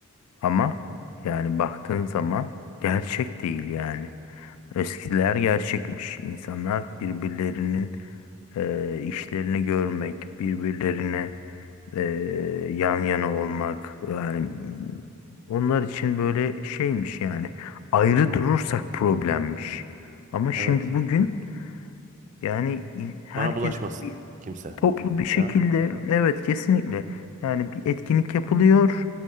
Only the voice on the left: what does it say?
ama yani baktığın zaman gerçek değil yani. Eskiler gerçekmiş. İnsanlar birbirlerinin eee, işlerini görmek, birbirlerine e, yan yana olmak yani onlar için böyle şeymiş yani ayrı durursak problemmiş. Ama şimdi
bugün yani herkes
Toplu bir şekilde
evet kesinlikle yani bir etkinlik yapılıyor